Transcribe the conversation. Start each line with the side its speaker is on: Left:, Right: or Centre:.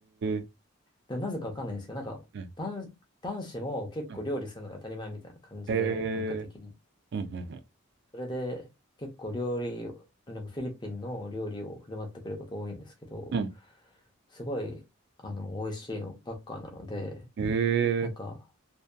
Right: え。
Left: でなぜかわかんないんですけど、なんか男、
Right: うん。
Left: 男子も結構料理するのが当たり前みたいな感じで、
Right: うんへ
Left: 文化的に。
Right: え。うんうん
Left: それで結構料理を、なんかフィリピンの料理を振る舞ってくれること多いんですけど、
Right: うん。うん。
Left: すごい、あの、美味しいのばっかなので、
Right: へ
Left: なんか、
Right: え。